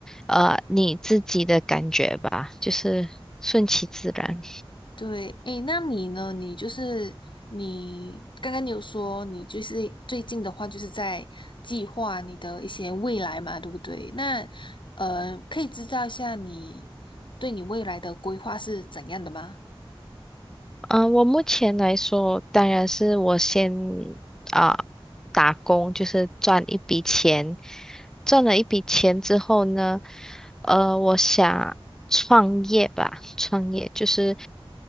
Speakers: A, in the centre; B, on the left (about 55°).
A: 呃你自己的感觉吧，就是顺其自然。
B: 对，诶，那你呢？你就是你刚刚你有说你就是最近的话，就是在计划你的一些未来嘛，对不对？那呃，可以知道一下你对你未来的规划是怎样的吗？
A: 嗯、我目前来说，当然是我先啊、打工，就是赚一笔钱。赚了一笔钱之后呢，呃，我想创业吧，创业就是。